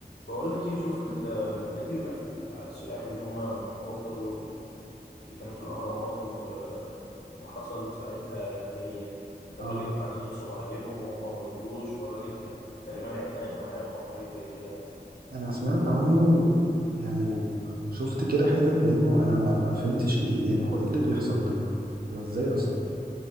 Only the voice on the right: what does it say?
اه
انا سمعت عنه يعني وشفت كده حتت منه انا ما ما فهمتش ايه يعني هو ايه اللي بيحصل ده هو ازاي اصلا